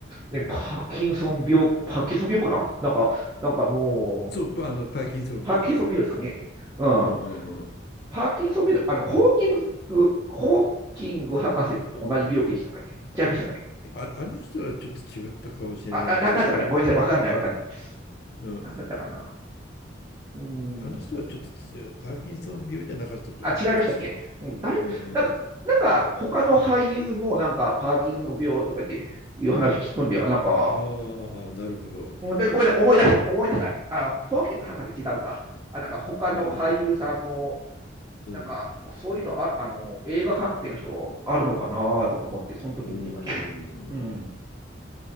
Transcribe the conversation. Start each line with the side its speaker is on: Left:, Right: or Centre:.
Right: ね、パーキンソン病、パーキンソン病かななんか、なんかもう、
Left: そう、パあの、パーキンソン病。
Right: パーキンソン病ですかね。うん。
Left: うんうんうん。
Right: パーキンソン病の、あの、ホーキング、ホーキング博士と同じ病気でしたかね。違いましたかね。
Left: あ、あの人はちょっと違ったかもしれないけれど、
Right: あ、あな、なんだったかなごめんなさい。わかんない、わかんない。
Left: うん、
Right: なんだったかな。うー
Left: あの人はちょっと
Right: ん。
Left: パーキンソン病じゃなかったと思う、
Right: あ、違いましたっけうん、
Left: 確か。
Right: 誰、
Left: うんうん。
Right: なんか、なんか、他の俳優もなんか、パーキンソン病とかっていう話聞くんで、あ、なんか、
Left: ああ、なるほど。
Right: うんでごめんなさい、思い出し、思い出さない。あの、ホーキング博士違うか。あ、なんか他の俳優さんも、
Left: うんうん。
Right: なんかそういうのあ、あの、映画関係の人あるのかなとか思って、その時見てました。
Left: おー、
Right: うん。